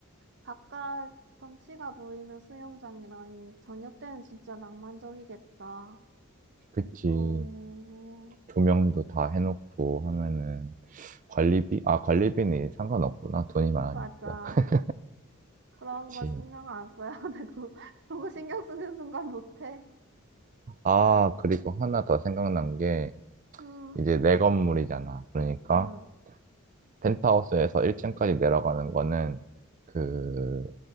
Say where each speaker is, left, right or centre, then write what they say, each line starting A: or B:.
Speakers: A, on the right; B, on the right.
A: 바깥 경치가 보이는 수영장이라니, 저녁 때는 진짜 낭만적이겠다.
B: 그치.
A: 어,
B: 조명도 다 해놓고 하면은 관리비? 아, 관리비는 상관없구나. 돈이 많으니까.
A: 맞아.
B: <laughs>
A: 그런
B: 그치.
A: 거 신경 안 써야 되고, <laughs> 그런 거 신경 쓰는 순간 못해.
B: 아,
A: 나,
B: 그리고 하나 더 생각난 게
A: 음,
B: 이제 내 건물이잖아. 그러니까
A: 음.
B: 펜트하우스에서 1층까지 내려가는 거는 그,